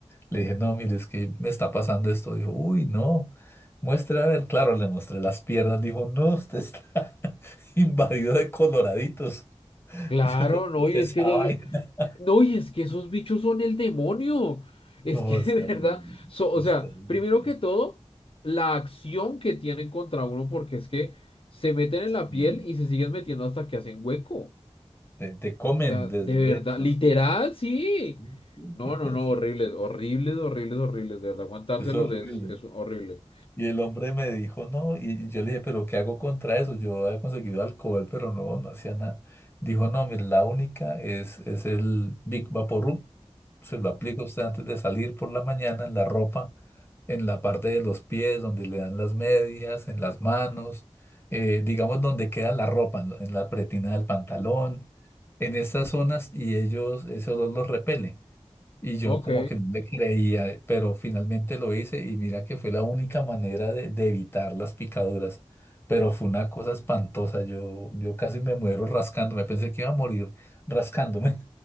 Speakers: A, on the left (about 20°); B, on the left (about 50°).
A: Le dije, no, mire, es que me está pasando esto. Dijo, uy, no, muestre a ver. Claro, le mostré las piernas. Dijo, no, usted está <laughs> invadido de coloraditos. <laughs>
B: Claro,
A: Yo "Pero
B: no, y
A: ¿qué esa
B: es que esos,
A: vaina?". <laughs>
B: no, y es que esos bichos son el demonio. Es
A: No,
B: que <laughs>
A: es
B: de
A: terrible,
B: verdad, so- o
A: es
B: sea,
A: terrible.
B: primero que todo, la acción que tienen contra uno, porque es que se meten en
A: Sí.
B: la piel y se siguen metiendo hasta que hacen hueco.
A: Te, te comen
B: O sea,
A: desde
B: de
A: dentro,
B: verdad, literal,
A: sí.
B: sí.
A: sí, sí.
B: No,
A: <laughs>
B: no, no, horribles, horribles, horribles, horribles. De verdad, aguantárselos
A: Es horrible.
B: es, es horrible.
A: Y el hombre me dijo, no, y yo le dije, pero ¿qué hago contra eso? Yo había conseguido alcohol, pero no, no hacía nada. Dijo, no, mire, la única es, es el Big vaporum Se lo aplica usted antes de salir por la mañana en la ropa, en la parte de los pies, donde le dan las medias, en las manos, eh, digamos donde queda la ropa, en lo- en la pretina del pantalón, en estas zonas, y ellos, ese olor los repele. Y yo
B: Ok.
A: como que no le creía, pero finalmente lo hice y mira que fue la única manera de, de evitar las picaduras. Pero fue una cosa espantosa, yo, yo casi me muero rascándome, pensé que iba a morir rascándome.